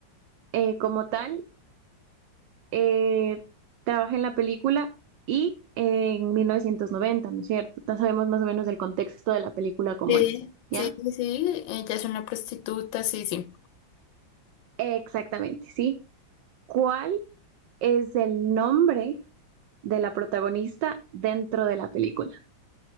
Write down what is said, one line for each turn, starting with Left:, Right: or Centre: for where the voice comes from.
Right: eh, como tal. eh, trabaja en la película y en 1990, ¿no es cierto? Ya sabemos más o menos el contexto de la película como
Left: Sí,
Right: es, ¿ya?
Left: sí, sí, sí, Ella es una prostituta, sí, sí.
Right: Exactamente, sí. ¿Cuál es el nombre de la protagonista dentro de la película?